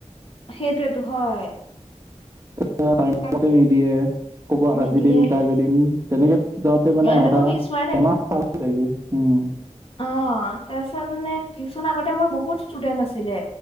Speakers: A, on the left; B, on the right.
A: সেইটোয়েটো হয়।
B: টাইম
A: তাক
B: মতে নিদিয়ে। ক'ব
A: নিদিয়ে
B: আজি দিম কাইলৈ দিম, তেনেকে যাওঁতে মানে
A: এনেকুৱা
B: আধা
A: পিছুৱাই
B: এমাহ চেগো উম।
A: অঁ, তাৰপিছত মানে টিউচন আগতে মোৰ বহুত ষ্টুডেন্ট আছিলে।